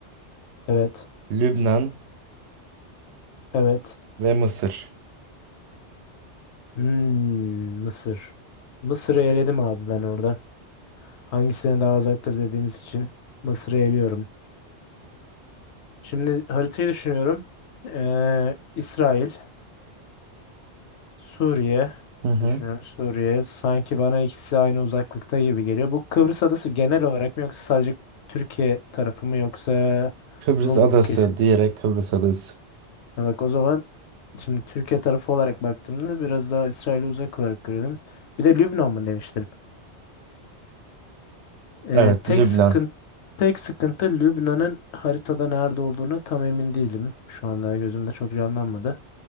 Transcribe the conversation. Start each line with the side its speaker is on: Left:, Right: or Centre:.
Left: Evet.
Right: Lübnan
Left: Evet.
Right: ve Mısır.
Left: Hmm, Mısır. Mısır'ı eledim abi ben oradan. Hangisine daha uzaktır dediğimiz için Mısır'ı eliyorum. Şimdi haritayı düşünüyorum. Ee, İsrail, Suriye
Right: Hı hı.
Left: düşünüyorum. Suriye sanki bana ikisi aynı uzaklıkta gibi geliyor. Bu Kıbrıs adası genel olarak mı yoksa sadece Türkiye tarafı mı yoksa
Right: Kıbrıs
Left: Rum
Right: adası
Left: Hmm. kesim
Right: diyerek Kıbrıs adası.
Left: Ha Bak o zaman şimdi Türkiye tarafı olarak baktığımda biraz daha İsrail'e uzak olarak görüyorum. Bir de Lübnan mı demiştin? Ee,
Right: Evet,
Left: tek
Right: Lübnan.
Left: sıkıntı tek sıkıntı Lübnan'ın haritada nerede olduğunu tam emin değilim. Şu anda gözümde çok canlanmadı.